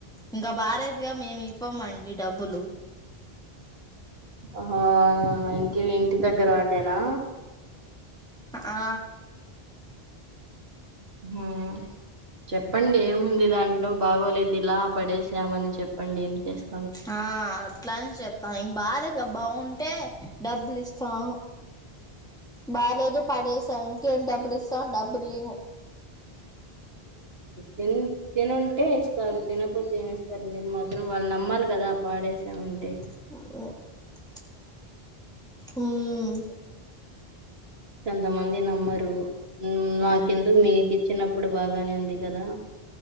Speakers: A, in the centre; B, on the right (about 70°).
A: ఇంకా బారే ద్ గా మేము ఇవ్వమండి డబ్బులు
B: ఆ హో ఇంటి ఇంటి దగ్గర పడ్డేనా
A: ఆ
B: మా చెప్ చెప్పండి ఏముంది దాంట్లో బాగోలేదు ఇలా పడేసామని చెప్పండి ఏం చేస్త
A: ఆ అట్లనే చేప ఇంకా బాలేదుగా బాగుంటే డబ్బులు ఇస్తాం బాలేదు పడే క ఇంకేం డబ్బులు ఇస్తాం డబ్బులు ఈము
B: త తినుంటే ఇస్తారు తినపోతే ఏమి ఇస్తారు మీరు మాత్రం వాళ్ళు నమ్మాలి కదా పాడేసామంటే
A: ఆ మ్మ్
B: కొంతమంది నమ్మరు నాకెందుకు మీకు ఇచ్చిన ఇప్పుడు బాగానే ఉంది కదా